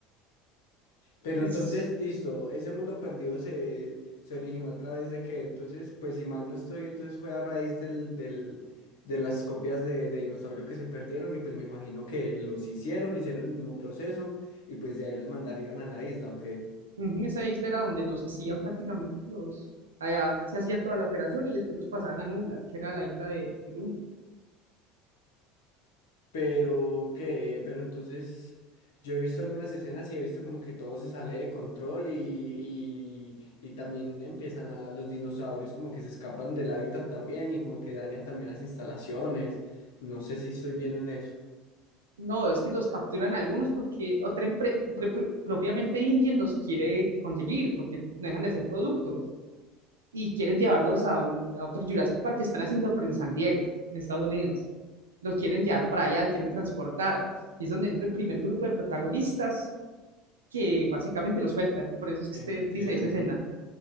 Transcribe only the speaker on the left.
Pero
entonces, listo, ese mundo perdido se, se originó a través de que, entonces, pues si mal no estoy, entonces fue a raíz del, del, de las copias de, de dinosaurio que se perdieron y pues me imagino que los hicieron, hicieron el mismo proceso y pues de ahí los mandarían a la isla, ¿ok?
Pero que, pero entonces yo he visto algunas escenas y he visto como que todo se sale de control y, y, y también empiezan a los dinosaurios como que se escapan del hábitat también y como que dañan también las instalaciones. No sé si estoy bien en eso.
Entiendo.